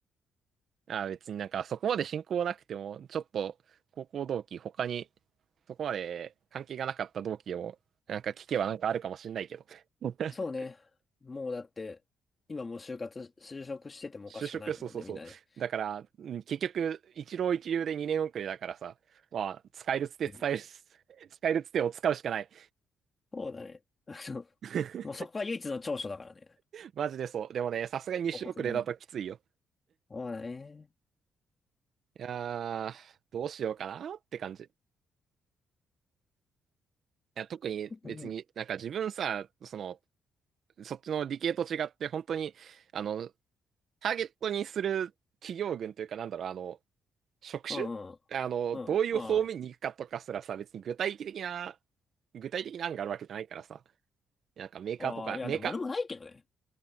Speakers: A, on the right; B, on the left.
A: あ、別になんかそこまで親交なくても、ちょっと高校同期、他にそこまで関係がなかった同期を、なんか聞けばなんかあるかもしんないけど。<laughs>
B: そうね。もうだって、今もう就活、就職しててもおかしくないもんね、
A: 就職、そうそうそう。
B: みんなね。
A: だから、うん結局、一浪一流で2年遅れだからさ、まあ、使えるつて伝える、
B: うん。
A: <laughs> 使えるつてを使うしかない。
B: そうだね。<laughs> あの、
A: <laughs>
B: もうそこが唯一の長所だからね。
A: マジでそう。でもね、さすがに2週遅れだときついよ。
B: お発言の。そうだね。
A: いやー、どうしようかなって感じ。いや、特に別になんか自分さ、
B: うん。
A: その、そっちの理系と違って本当に、あの、ターゲットにする企業群というか、なんだろう、あの、職種あの、
B: うん、うん、うん、
A: どういう方面に行くかとかすらさ、
B: うん。
A: 別に具体的な、具体的な案があるわけじゃないからさ、なんかメーカーとか、
B: ああ、いや、
A: メーカ
B: でも俺もないけどね。